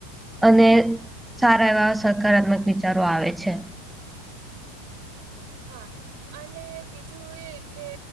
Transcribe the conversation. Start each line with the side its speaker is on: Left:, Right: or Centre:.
Centre: અને સારા એવા સકારાત્મક વિચારો આવે છે
Right: હા અને બીજું એ કે